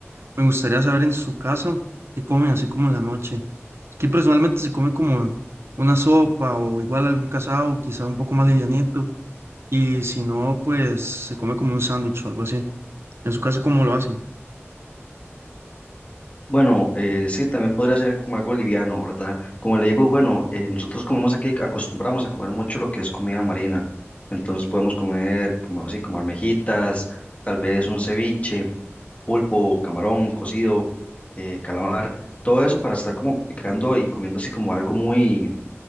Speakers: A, on the right; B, on the left.
A: me gustaría saber en su casa qué comen así como en la noche. Aquí personalmente se come como una sopa o igual algún casado, quizá un poco más livianito y si no, pues se come como un sándwich o algo así. En su casa, ¿cómo lo hacen?
B: Bueno, eh, sí, también podría ser como algo liviano, ¿verdad? Como le digo, bueno, eh, nosotros comemos aquí, acostumbramos a comer mucho lo que es comida marina. Entonces podemos comer como así, como almejitas, tal vez un ceviche pulpo, camarón cocido, eh, calamar, todo eso para estar como picando y comiendo así como algo muy,